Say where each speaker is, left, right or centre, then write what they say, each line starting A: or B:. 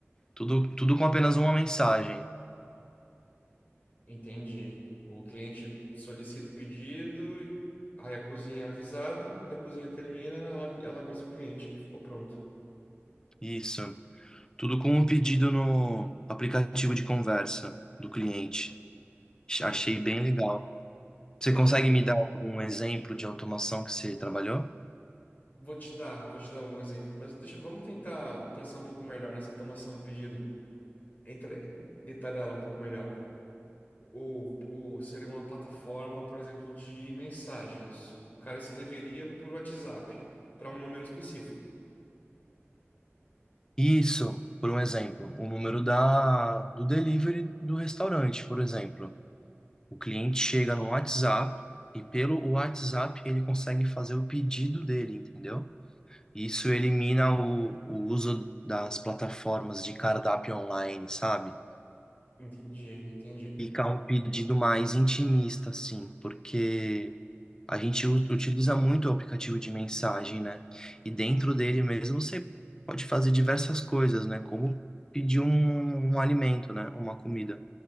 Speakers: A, on the left; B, on the left.
A: Tudo, tudo com apenas uma mensagem.
B: Entendi. O cliente solicita o pedido, aí a cozinha é avisada. Quando a cozinha termina, ela, ela avisa o cliente que ficou pronto.
A: Isso. Tudo com um pedido no aplicativo de conversa do cliente. Achei
B: Por
A: bem legal. Você
B: por
A: consegue
B: exemplo,
A: me dar um exemplo de automação que você trabalhou?
B: vou te dar, vou te dar um exemplo. Mas deixa, vamos tentar pensar um pouco melhor nessa tomação do pedido. Entre, detalhar ela um pouco melhor. O, o, seria uma plataforma, por exemplo, de mensagens. O cara escreveria por WhatsApp para um número específico.
A: Isso, por um exemplo, o número da, do delivery do restaurante, por exemplo. O cliente chega no WhatsApp e pelo WhatsApp ele consegue fazer o pedido dele, entendeu? Isso elimina o, o uso das plataformas de cardápio online, sabe?
B: Entendi, entendi.
A: Fica um pedido mais intimista, assim, porque A gente u- utiliza muito o aplicativo de mensagem, né? E dentro dele mesmo você pode fazer diversas coisas, né? Como pedir um, um alimento, né? Uma comida.